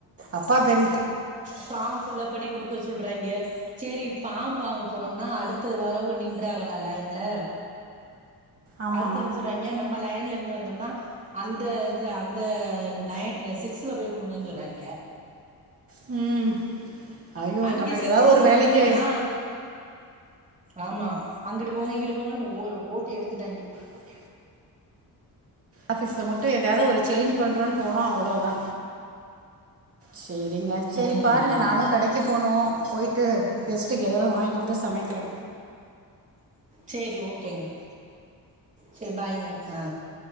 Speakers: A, on the right; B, on the right.
A: அப்பா பெரி
B: ஃபாம் ஃபில்லப் பண்ணி குடுக்க சொல்றய்ங்க செரி ஃபாம் வாங்க போனோம்னா அடுத்த வரவு நின்றாகல லைன்ல
A: ஆமாம்
B: அடுத்து என்ன சொல்றய்ங்க நம்ம லயன்லருந்து வந்தோம்னா அந்த இதுல அந்த நய ன்னு சிக்ஸ்ல போய் கொடுங்கன் சொல்றாய்ங்க
A: ம் ஐயோ
B: அங்கெ
A: நம்ம
B: சிக்ஸ்க்கு
A: ஏதாவது ஒரு வேலைக்கு
B: போனோம்னா ஆமா அங்கிட்டு போங்க இங்கிட்டு போங்கனு ஓ ஓட்டி எடுத்துட்டாய்ங்கெ
A: ஓட்டி எடுத் ஆஃபீஸ்ல மட்டு எதயாவது ஒரு சேஞ்ச் பண்ணுறோனு போனோ அவ்ளோதா சேரிங்க சேரி
B: ம்
A: பாருங்க
B: ம்
A: நானு கடைக்கு போனூ போய்ட்டு கெஸ்ட்டுக்கு எதாவது வாய்ன்ட்டு வந்து சமைக்கிறே
B: சேரி ஓக்கேங்க செரி பாய்ங்க ஆ